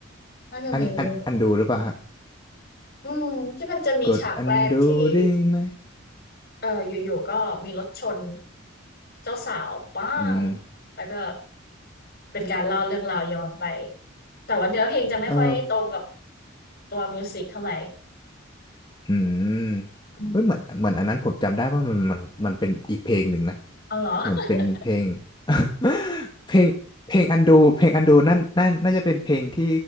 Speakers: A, on the left; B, on the left.
A: น่าจะเพลงนี้หรือเปล่า
B: อันนี้อันอันดูหรือเปล่าฮะ
A: อืมที่มันจะมีฉากแรกที่
B: กดอันดูได้ไหม
A: เอออยู่ๆก็มีรถชนเจ้าสาวป้าง
B: อืม
A: แล้วก็เป็นการเล่าเรื่องราวย้อนไปแต่ว่าเนื้อเพลงจะไม่ค่อยตรงกับ
B: เออ
A: ตัวมิวสิกเท่าไหร่
B: อืม
A: อืม
B: เฮ้ยเหมือนเหมือนอันนั้นผมจำได้ว่ามันมันมันเป็นอีกเพลงหนึ่งนะ
A: เอาเหรอ
B: เหมือนเป็นเพลง
A: <laughs>
B: <laughs> เพลงเพลงอันดูเพลงอันดูนั่นนั่นน่าจะเป็นเพลงที่